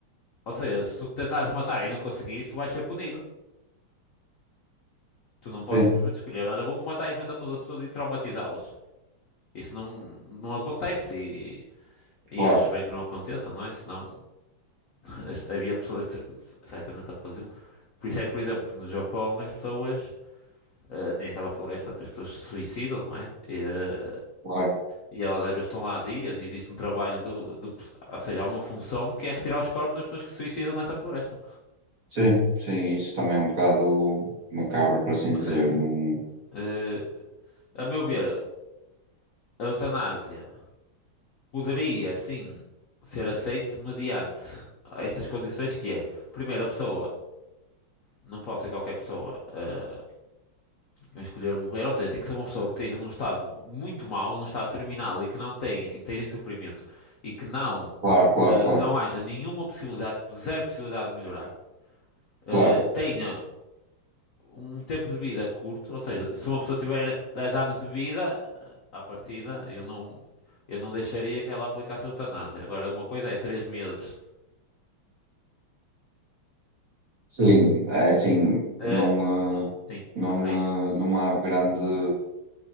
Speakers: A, on the left; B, on the right.
A: Ou seja, se tu tentares matar e não conseguires, tu vais ser punido. Tu não podes
B: sim,
A: simplesmente escolher, olha, vou-me matar em frente a todas as pessoas e traumatizá-las. Isso não, não acontece e,
B: claro,
A: e acho bem que não aconteça, não é? Senão <laughs> as- havia pessoas cer- certamente a fazê-lo. Por isso é que, por exemplo, no Japão as pessoas eh, têm aquela floresta que as pessoas se suicidam, não é? E, eh,
B: claro.
A: e elas às vezes estão lá há dias e existe um trabalho de, de pe- ou seja, há uma função que é retirar os corpos das pessoas que se suicidam nessa floresta.
B: Sim, sim, isso também é um bocado macabro, por assim dizer.
A: Ou seja,
B: Não...
A: eh, a meu ver, a eutanásia. poderia sim ser aceito mediante estas condições que é, primeiro, a pessoa, não pode ser qualquer pessoa eh, a escolher morrer, ou seja, tem que ser uma pessoa que esteja num estado muito mau, num estado terminal e que não tem, e que esteja em sofrimento e que não,
B: Claro, claro,
A: eh,
B: claro,
A: que não haja nenhuma possibilidade, tipo, zero possibilidade de melhorar,
B: claro.
A: eh, tenha um tempo de vida curto, ou seja, se uma pessoa tiver 10 anos de vida, eh, à partida, eu não, eu não deixaria que ela aplicasse a eutanásia. Agora, uma coisa é 3 meses.
B: Sim, é assim, não,
A: eh,
B: eh,
A: Sim,
B: não,
A: é por aí.
B: eh, não há grande.